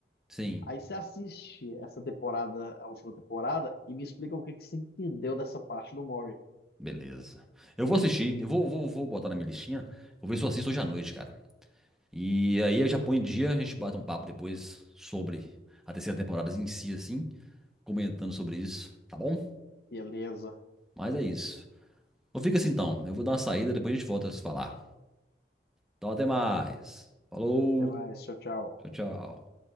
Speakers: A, in the centre; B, on the left.
A: Sim,
B: Aí você assiste essa temporada, a última temporada, e me explica o que que você entendeu dessa parte do Mori.
A: beleza. Eu vou assistir, eu vou, vou, vou botar na minha listinha. Vou ver se eu assisto hoje à noite, cara. E aí eu já põe em dia, a gente bate um papo depois sobre a terceira temporada em si, assim, comentando sobre isso, tá bom?
B: Beleza.
A: Mas é isso. Então fica assim então, eu vou dar uma saída, depois a gente volta a se falar. Então até mais. Falou,
B: Até mais. Tchau, tchau.
A: tchau, tchau.